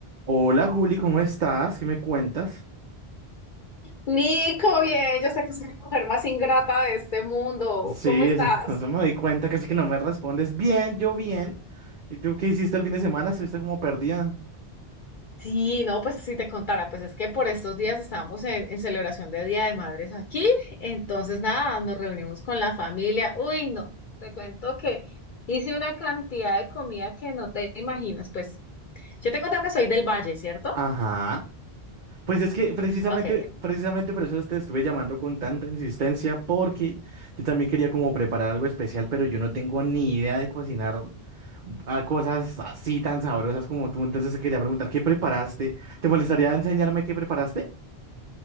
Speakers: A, on the right (about 50°); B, on the left (about 55°).
A: Hola Juli, ¿cómo estás? ¿Qué me cuentas?
B: Nico, bien, yo sé que soy la mujer más ingrata de este mundo.
A: Sí,
B: ¿Cómo estás?
A: eso, <laughs> eso me doy cuenta, casi que no me respondes. Bien, yo bien. ¿Y tú qué hiciste el fin de semana? ¿Estuviste como perdida?
B: Sí, no, pues si te contara, pues es que por estos días estábamos en, en celebración de Día de Madres aquí, entonces nada, nos reunimos con la familia. Uy, no, te cuento que hice una cantidad de comida que no te imaginas, pues yo te contaba que soy del Valle, ¿cierto?
A: Ajá. Pues es que precisamente,
B: Ok,
A: precisamente por eso te estuve llamando con tanta insistencia, porque yo también quería como preparar algo especial, pero yo no tengo ni idea de cocinar mm, a cosas así tan sabrosas como tú. Entonces te quería preguntar, ¿qué preparaste? ¿Te molestaría enseñarme qué preparaste?